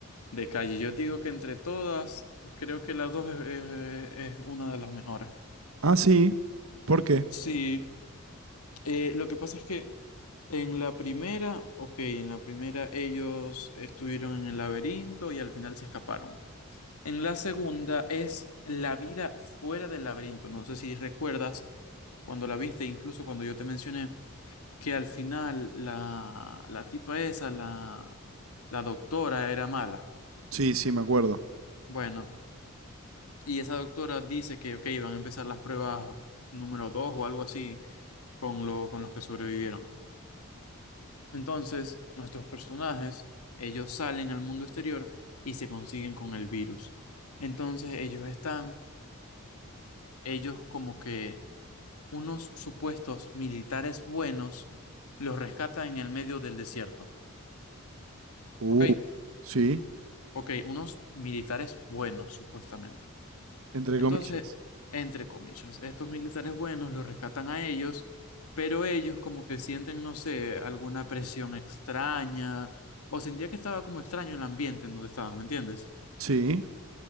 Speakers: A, on the left; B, on the right.
A: De calle. Yo digo que entre todas, creo que la dos es, es- es una de las mejores.
B: Ah, sí, ¿por qué?
A: Sí, eh, lo que pasa es que en la primera, ok, en la primera ellos estuvieron en el laberinto y al final se escaparon. En la segunda es la vida fuera del laberinto. No sé si recuerdas cuando la viste, incluso cuando yo te mencioné que al final la, la tipa esa, la, la doctora, era mala.
B: Sí, sí, me acuerdo.
A: Bueno, y esa doctora dice que, ok, van a empezar las pruebas número 2 o algo así con, lo, con los que sobrevivieron. Entonces, nuestros personajes, ellos salen al mundo exterior y se consiguen con el virus. Entonces, ellos están, ellos como que unos supuestos militares buenos los rescatan en el medio del desierto.
B: Uh,
A: ¿Ok?
B: sí,
A: Ok, unos militares buenos, supuestamente.
B: entre
A: Entonces,
B: comillas.
A: entre comillas, estos militares buenos los rescatan a ellos, pero ellos como que sienten, no sé, alguna presión extraña, o sentía que estaba como extraño el ambiente en donde estaban, ¿me entiendes?
B: Sí,